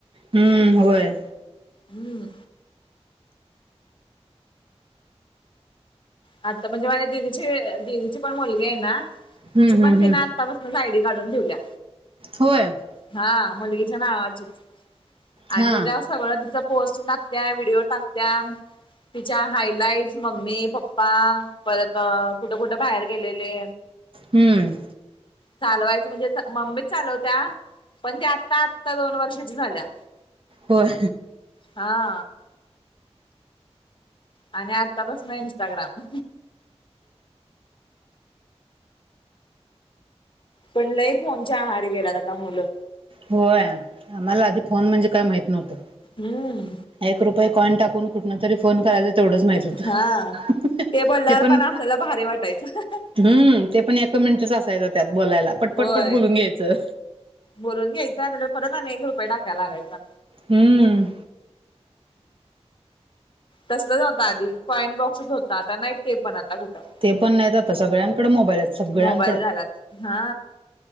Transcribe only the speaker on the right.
हम्म होय
हम्म
हम्म
हम्म
होय.
हा
हम्म
होय
होय आम्हाला आधी फोन म्हणजे काय माहित नव्हतं.
एक रुपये कॉइन टाकून कुठ तरी फोन करायच तेवढंच माहित होत
ते पण
हम् ते पण एक मिनिटच असायचं त्यात बोलायला पट
पटपट बोलून घ्यायचं.
हम्म
ते पण नाहीत आता सगळ्यांकडे मोबाईल आहेत सगळ्यांकडं